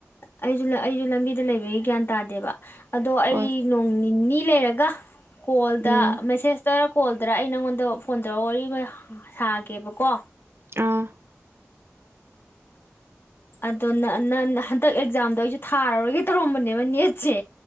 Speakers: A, on the left; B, on the right.
A: ꯑꯩꯁꯨ ꯑꯩꯁꯨ ꯂꯝꯕꯤꯗ ꯂꯩꯕꯒꯤ ꯒ꯭ꯌꯥꯟ ꯇꯥꯗꯦꯕ ꯑꯗꯣ ꯑꯩ
B: ꯍꯣꯏ
A: ꯅꯣꯡ ꯅꯤ ꯅꯤ ꯂꯩꯔꯒ ꯀꯣꯜꯗ
B: ꯎꯝ
A: ꯃꯦꯁꯦꯁ ꯇꯔ ꯀꯣꯜꯗꯔ ꯑꯩ ꯅꯪꯉꯣꯟꯗ ꯐꯣꯟ ꯇꯧꯔꯒ ꯋꯥꯔꯤ ꯁꯥꯒꯦꯕꯀꯣ
B: ꯑꯥ
A: ꯑꯗꯣ ꯅ ꯅ ꯍꯟꯗꯛ ꯑꯦꯛꯖꯥꯝꯗꯣ ꯑꯩꯁꯨ ꯊꯥꯔꯔꯣꯢꯒꯦ ꯇꯧꯔꯝꯕꯅꯦꯕ ꯅꯦꯠꯁꯦ